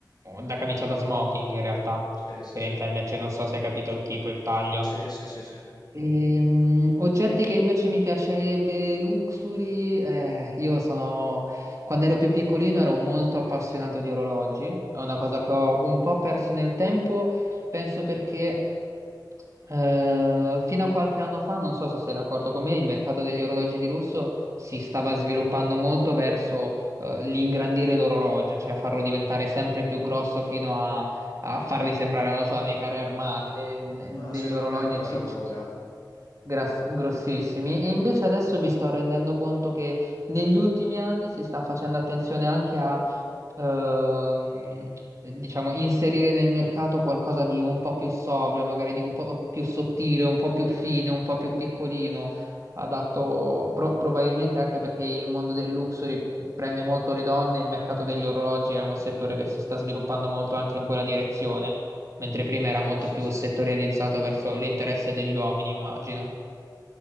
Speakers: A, on the right; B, on the left.
A: da camicia da smoking in realtà,
B: Sì, sì,
A: per
B: sì.
A: intenderci, non so se hai capito il tipo, il taglio.
B: Sì, sì, sì, sì.
A: Ehm, oggetti che invece mi piacerebbe, luxury, eh, io sono, quando ero più piccolino ero molto appassionato di orologi, è una cosa che ho un po' perso nel tempo, penso perché eh, fino a qualche anno fa, non so se sei d'accordo con me, il mercato degli orologi di lusso si stava sviluppando molto verso eh, l'ingrandire l'orologio, cioè farlo diventare sempre più grosso fino a farli sembrare, non lo so, dei carri armati, de- degli
B: No, secondo
A: orologi
B: me ancora
A: ciccionissimi,
B: ora.
A: gras- grossissimi. E invece adesso mi sto rendendo conto che negli ultimi anni si sta facendo attenzione anche a, ehm, diciamo, inserire nel mercato qualcosa di un po' più sobrio, magari di un po' più sottile, un po' più fine, un po' più piccolino
B: Mhm.
A: adatto pro- probabilmente anche perché il mondo del luxury prende molto le donne, il mercato degli orologi è un settore che si sta sviluppando molto anche in quella direzione, mentre prima era
B: Sì,
A: molto
B: sì,
A: più
B: sì.
A: settorializzato verso l'interesse degli uomini, immagino.